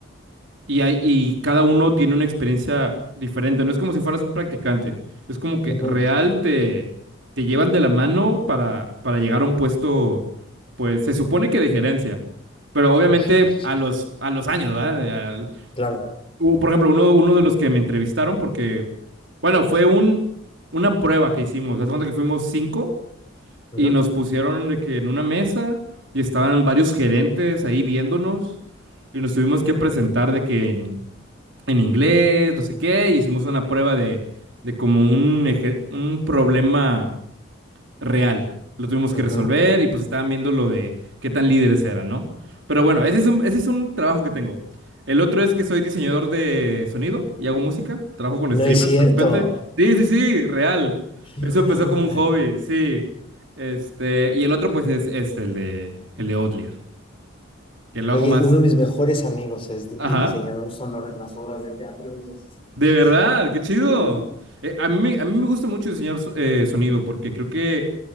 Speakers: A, on the right (about 70°); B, on the left (about 30°).
A: Y, hay, y cada uno tiene una experiencia diferente. No es como si fueras un practicante. Es como que
B: Ujú,
A: real
B: ujú.
A: te, te llevan de la mano para, para llegar a un puesto, pues se supone que de gerencia. Pero obviamente
B: Sí, súper chido.
A: a los, a los años, ¿verdad? De- al-
B: Claro.
A: u- por ejemplo, uno, uno de los que me entrevistaron porque, bueno, fue un, una prueba que hicimos. Haz de cuenta que fuimos cinco
B: Ujú,
A: y nos pusieron de que en una mesa y estaban varios gerentes ahí viéndonos y nos tuvimos que presentar de que en en inglés, no sé qué, e hicimos una prueba de, de como un, eje- un problema real. Lo tuvimos
B: ujú.
A: que resolver y pues estaban viendo lo de qué tan líderes eran, ¿no? Pero bueno, ese es un, ese es un trabajo que tengo. El otro es que soy diseñador de sonido y hago música. Trabajo con
B: No
A: streamers
B: es cierto.
A: de repente. Sí, sí, sí, real.
B: Qué
A: Eso
B: buena
A: empezó
B: onda.
A: como un hobby, sí. Este, y el otro pues es, es el de, el de Outlier, que lo
B: Oye,
A: hago más.
B: uno de mis mejores amigos es di-
A: Ajá.
B: mi diseñador sonoro en las obras de teatro, entonces, qué
A: De
B: cosa.
A: verdad, qué chido.
B: Sí, sí. sí.
A: Eh, a mí, me- a mí me gusta mucho diseñar so- eh, sonido porque creo que